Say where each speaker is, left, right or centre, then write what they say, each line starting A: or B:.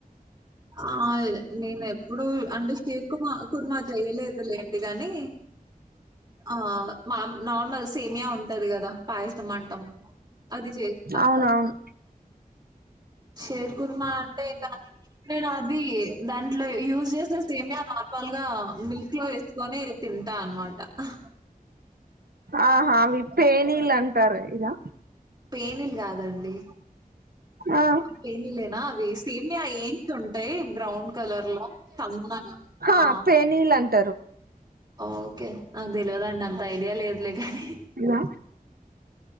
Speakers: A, on the right; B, on the right.
A: ఆహ్ నేను ఎప్పుడు అంటే షేర్ కుర్మ కుర్మా చేయలేదు లేండి గాని. ఆహ్ మా నార్మల్ సేమియా ఉంటది కదా పాయసం అంటాము. అది చేస్తా.
B: అవునవును
A: షేర్ కుర్మ అంటే దాని. నేను అవి దాంట్లో యూస్ చేసే సేమ్యా నార్మల్ గా మిల్క్ లో వేసుకొని. తింటా అన్నమాట ఆహ్.
B: ఆహా ఆవి పేనిల్ అంటారు కదా.
A: పేనిల్ కాదండి.
B: ఆహ్.
A: పెనిలేనా అవి సేమ్యా ఏంచి ఉంటాయి బ్రౌన్ కలర్ లో సన్నగా ఆహ్.
B: ఆహ్ పేనిల్ అంట్.
A: ఓకే నాకు తెల్వదండి అంత ఐడియా లేదులే గాని.
B: ఇదా.